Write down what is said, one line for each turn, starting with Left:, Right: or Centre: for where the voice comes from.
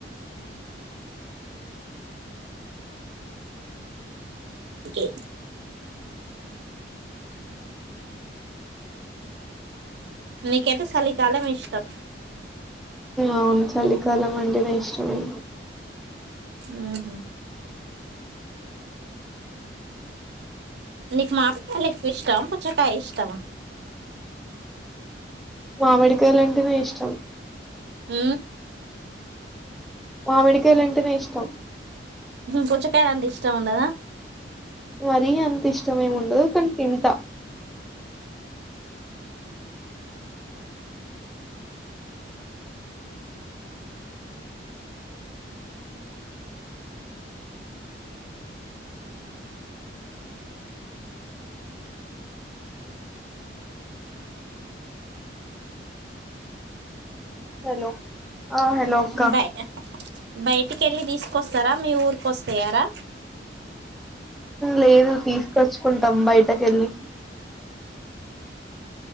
Right: కే నీకైతే చలి కాలమి ఇష్టం
Centre: అవును చలికాలం అంటే న ఇష్టమే
Right: ఆహ నీకు మామిడికయలు ఎక్కువ ఇష్టమా పుచ్చకాయలు ఇష్టామా
Centre: మామిడికాయలు అంటే నాకు ఇష్టం
Right: అ
Centre: మామిడికాయలు అంటేనే ఇష్టం
Right: పుచ్చకాయలు అంత ఇష్టం ఉండదా
Centre: మరీ అంత ఇష్టమ ఏమి ఉండదు కానీ తింట హలో ఆ హలో అక్క
Right: బయ బయటికి వెళ్ళి తీసుకొస్తారా మీ ఊరికు వస్తాయారా
Centre: లేదు తీసుకొచ్చుకుంటాం బయటక వెళ్ళి